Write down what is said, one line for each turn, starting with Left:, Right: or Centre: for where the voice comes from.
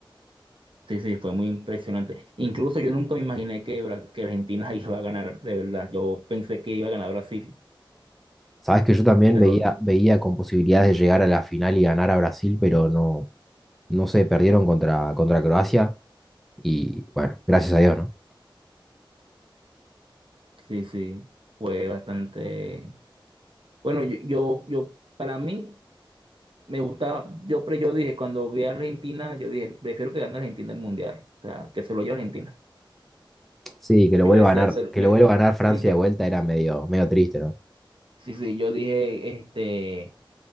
Right: Sí, sí, fue muy impresionante. Incluso yo nunca me imaginé que, Bra- que Argentina <laughs> iba a ganar, de verdad. Yo pensé que iba a ganar Brasil.
Centre: Sabes que yo también
Right: Pero
Centre: veía,
Right: no,
Centre: veía con posibilidades de llegar a la final y ganar a Brasil, pero no, no sé, perdieron contra, contra Croacia y bueno, gracias a Dios, ¿no?
Right: sí, sí, fue bastante. Bueno, yo, yo, yo, para mí, me gustaba, yo, pre- yo dije, cuando vi a Argentina, yo dije, prefiero que gane Argentina el Mundial, o sea, que se lo lleve Argentina.
Centre: Sí, que lo
Right: Yo
Centre: vuelva
Right: decía,
Centre: a ganar,
Right: Sí, eso,
Centre: que
Right: me-
Centre: lo vuelva a ganar Francia
Right: sí, yo,
Centre: de vuelta era medio, medio triste, ¿no?
Right: sí, sí, yo dije, este,